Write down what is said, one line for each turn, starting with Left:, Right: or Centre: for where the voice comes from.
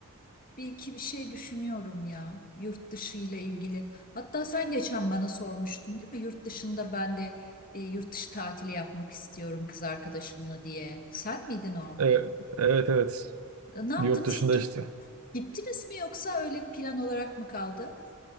Left: e, bir iki bir şey düşünüyorum ya. Yurt dışı ile ilgili. Hatta sen geçen bana sormuştun değil mi? Yurt dışında ben de bir yurt dışı tatili yapmak istiyorum kız arkadaşımla diye. Sen miydin o?
Right: E, evet evet.
Left: E, Ne yaptınız
Right: Yurt dışında
Left: ki?
Right: işte.
Left: Gittiniz mi yoksa öyle plan olarak mı kaldı?